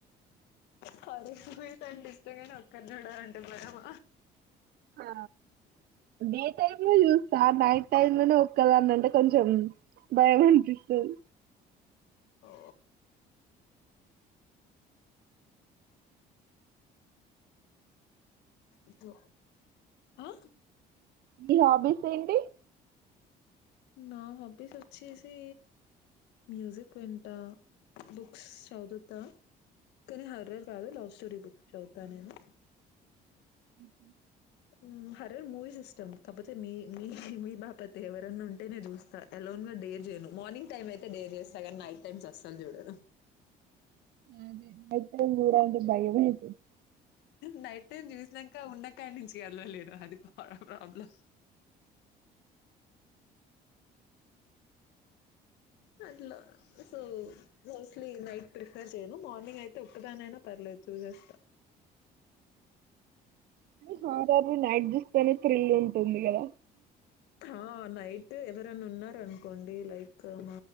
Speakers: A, on the left (about 85°); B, on the right (about 65°).
A: హారర్ మూవీస్ అంటే ఇష్టం గాని ఒక్కటీ చూడాలంటే భయం
B: హా డే టైమ్ లో చూస్తా నైట్ టైమ్ లోనే ఒక్కదాన్ని అంటే కొంచెం భయం అండి త్రూ
A: ఓ <inaudible> ఇప్పు ఆ
B: మీ హాబీస్ ఏంటి
A: నా హాబీస్ వచ్చేసి మ్యూజిక్ వింటా బుక్స్ చదువుతా కానీ హర్రర్ కాదు లవ్ స్టోరీ బుక్స్ చదువుతా నేను
B: మ్మ్ హు
A: మ్మ్ హరర్ మూవీస్ ఇస్ష్టం కాకపోతే మీ మీ మీ బాపతి ఎవరన్నా ఉంటే నేను చూస్తా ఎలోన్ గా డేర్ చేయను మార్నింగ్ టైమ్ అయితే డేర్ చేస్తా కానీ నైట్ టైమ్స్ అసలు చూడను
B: ఆది నైట్ టైమ్ చూడాలి అంటే భయమయితది
A: నైట్ టైమ్ చూస్నంక ఇకా ఉండకాడి నుంచి వెళ్ళలేను అది పో ప్రాబ్లమ్ అట్లా సో మోస్ట్లీ నైట్ ప్రిఫర్ చేయను మార్నింగ్ అయితే ఉక్కదాని అయినా పర్లేదు చూసేస్తా
B: మ్మ్ ఆ ఇట్లాటివి నైట్ దూస్తేనే థ్రిల్ ఉన్ ఉందిగద.
A: ఆ నైట్ ఎవరనా, ఉన్నార అనుకోండి, లైక్. మ